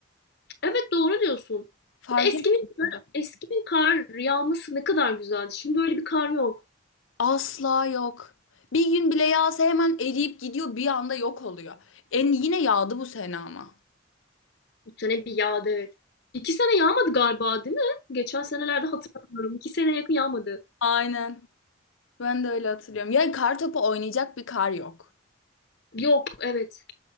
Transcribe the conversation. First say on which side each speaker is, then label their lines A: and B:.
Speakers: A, on the left (about 55°); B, on the left (about 80°).
A: Evet doğru diyorsun.
B: Fark
A: Bir de eskinin,
B: etmiyordu.
A: eskinin kar yağması ne kadar güzeldi. Şimdi öyle bir kar yok.
B: Asla yok. Bir gün bile yağsa hemen eriyip gidiyor bir anda yok oluyor. En yine yağdı bu sene ama.
A: Bir sene bir yağdı evet. İki sene yağmadı galiba değil mi? Geçen senelerde hatırlamıyorum. İki sene yakın yağmadı.
B: Aynen. Ben de öyle hatırlıyorum. Yani kar topu oynayacak bir kar yok.
A: Yok evet.